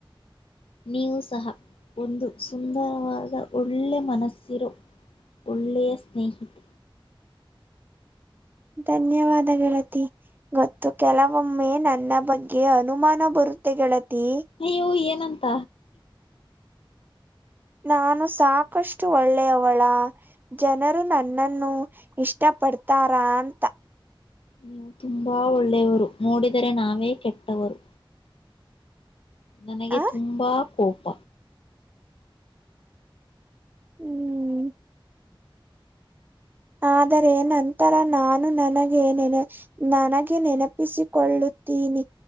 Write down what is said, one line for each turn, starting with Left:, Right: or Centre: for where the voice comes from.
Left: ನ್ಯೂಸ್. ಸಹ ಒಂದು ಸುಂದರವಾದ ಒಳ್ಳೆ ಮನಸ್ಸಿರೋ. ಒಳ್ಳೆಯ ಸ್ನೇಹಿತ.
Right: ಧನ್ಯವಾದ ಗೆಳತಿ. ಮತ್ತು ಕೆಲವೊಮ್ಮೆ ನನ್ನ ಬಗ್ಗೆ ಅನುಮಾನ ಬರುತ್ತೆ ಗೆಳತಿ.
Left: ಅಯ್ಯೋ ಏನಂತ
Right: ನಾನು ಸಾಕಷ್ಟು ಒಳ್ಳೆಯವಳ. ಜನರ್ ನನ್ನನ್ನು ಇಷ್ಟ ಪಡ್ತಾರಾ. ಅ
Left: ನೀವು ತುಂಬಾ ಒಳ್ಳೆಯವರು. ನೋಡಿದರೆ ನಾವೇ ಕೆಟ್ಟವರು. ನನಗೆ
Right: ಆ
Left: ತುಂಬಾ ಕೋಪ.
Right: ಹ್ಮ್. ಆದರೆ ನಂತರ ನಾನು ನನಗ ಏನನೇ. ನನಗೆ ನೆನಪಿಸಿಕೊಳ್ಳುತ್ತೀನಿ.